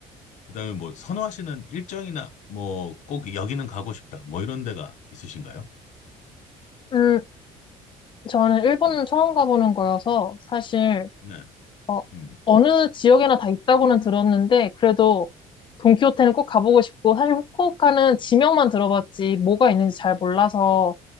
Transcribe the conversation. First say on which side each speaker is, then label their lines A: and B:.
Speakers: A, on the left; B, on the left.
A: 그다음에 뭐 선호하시는 일정이나 뭐 꼭 여기는 가고 싶다. 뭐 이런 데가 있으신가요?
B: 음, 저는 일본
A: 음.
B: 처음 가보는 거여서 사실,
A: 네.
B: 어,
A: 음.
B: 어느 지역에나 다 있다고는 들었는데, 그래도 돈키호테는 꼭 가보고 싶고, 사실 후쿠오카는 지명만 들어봤지 뭐가 있는지 잘 몰라서,